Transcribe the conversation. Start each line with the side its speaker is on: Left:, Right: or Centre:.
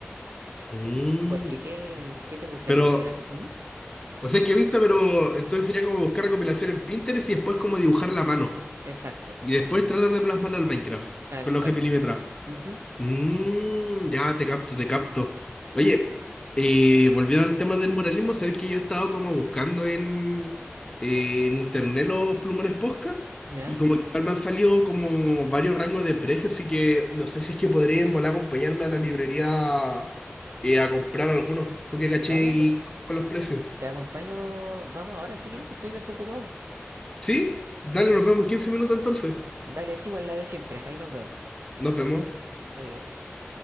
Left: Mm,
Right: Porque, ¿qué, qué te gustaría
Left: Pero,
Right: hacer? a ti? ¿Mm?
Left: o sea, es que he visto, pero entonces sería como buscar recopilación en Pinterest y después como dibujar la mano.
Right: Exacto,
Left: Y después tratar de plasmarlo al Minecraft
Right: tal
Left: con la
Right: cual.
Left: hoja milimetrada.
Right: Ujú,
Left: Mmm, ya te capto, te capto. Oye, eh, volviendo al tema del muralismo, sabéis que yo he estado como buscando en, eh, en internet los plumones Posca
Right: ¿Ya?
Left: y como que igual me han salido como varios rangos de precios, así que no sé si es que podría en volar acompañarme a la librería eh, a comprar algunos. ¿Tú qué caché
Right: Dale,
Left: y
Right: pues
Left: con los precios?
Right: Te acompaño. Vamos, ahora sí que estoy desocupado.
Left: ¿Sí? Dale, nos vemos en 15 minutos entonces.
Right: Dale, sigo en la de siempre. Ahí nos vemos.
Left: Nos vemos.
Right: Adiós.